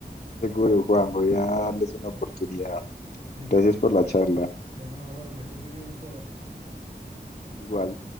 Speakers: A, on the left (about 45°); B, on the right (about 35°).
A: Seguro, Juan, voy a darles una oportunidad.
B: <laughs>
A: Gracias
B: Sí.
A: por la charla.
B: De nada, bueno, que estés muy bien, Sebas.
A: Igual.